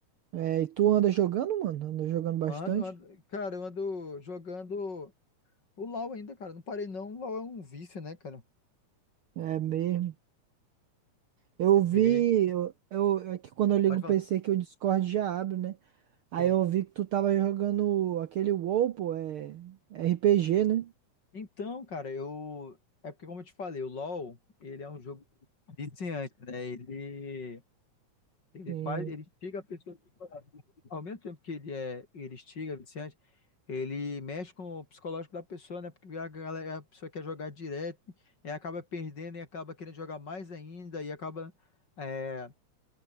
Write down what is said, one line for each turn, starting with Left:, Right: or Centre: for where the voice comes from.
Right: É, e tu anda jogando, mano? Anda jogando bastante?
Left: Ando, ando, cara, eu ando jogando o LOL ainda, cara. Não parei não. O LOL é um vício, né, cara?
Right: É mesmo. Eu vi,
Left: Ele,
Right: eu, eu- é que quando eu ligo
Left: pode
Right: o
Left: falar.
Right: PC que o Discord já abre, né? Aí
Left: Sim.
Right: eu vi que tu tava jogando aquele WoW, pô, é RPG, né?
Left: Então, cara, eu. É porque, como eu te falei, o LoL, ele é um jogo viciante, né? Ele, ele
Right: Sim.
Left: faz, ele instiga a pessoa. Ao mesmo tempo que ele é, ele instiga, é viciante, ele mexe com o psicológico da pessoa, né? Porque a galera, a pessoa quer jogar direto, e acaba perdendo, e acaba querendo jogar mais ainda, e acaba. é,